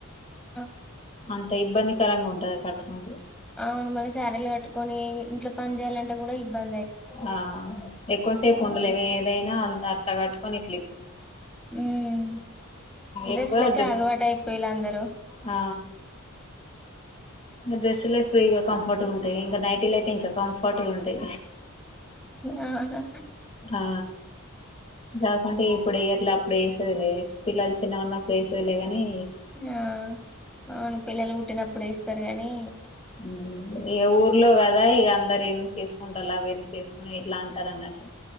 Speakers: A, in the centre; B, on the left.
A: ఆ
B: అంత ఇబ్బందికరంగా ఉంటది కట్టుకుంటే
A: అవును మళ్ళీ శారీలు కట్టుకొని ఇంట్లో పని చేయాలంటే కూడా ఇబ్బంది.
B: ఆ ఎక్కువసేపు
A: హ్మ్.
B: ఉండలేము ఏదైనా <unintelligible> అట్లా కట్టుకొని ఇట్లు
A: ఉమ్ డ్రెస్లకే
B: ఎక్కువ డ్రెస్
A: అలవాటు అయిపోయిల్లు అందరూ
B: ఆ డ్రెస్లే ఫ్రీగా కంఫర్ట్గా ఉంటాయి ఇంకా నైట్లు అయితే ఇంకా కంఫర్ట్గా ఉంటాయి.
A: ఆహా!
B: ఆ కాకుంటే ఇప్పుడే ఏట్లా అప్పుడే వస్తదిలే పిల్లలు చిన్న ఉన్న ప్లేసలేగాని
A: ఆ అవును పిల్లలు పుట్టినప్పుడు ఇస్తారు గాని
B: ఉమ్ ఇగ ఊర్లో కదా ఇగ అందరు ఎందుసుతిసుకుంటాల్ల అవి ఎందుకు తీసుక్ ఎట్లా అంటారు అన్నట్టు